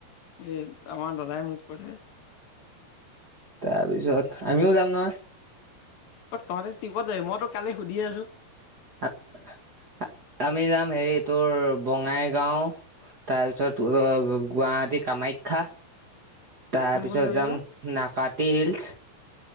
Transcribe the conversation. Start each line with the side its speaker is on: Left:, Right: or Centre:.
Left: এই আমাৰ দাদাই মোক। <unintelligible>
Right: তাৰপিছত, আমিও যাম নহয়?
Left: অ, তহঁতে টিপত যবি। মই তোক কালি শুধি আছোঁ।
Right: আ-আ-আমি যাম হেৰি, তোৰ বঙাইগাওঁ, তাৰপিছত ৱ, ব, ৱ, গুৱাহাটী কামাখ্যা। তাৰপিছত
Left: কোন কোন যাবি
Right: যাম
Left: বা
Right: নাকাটি হিল্চ্।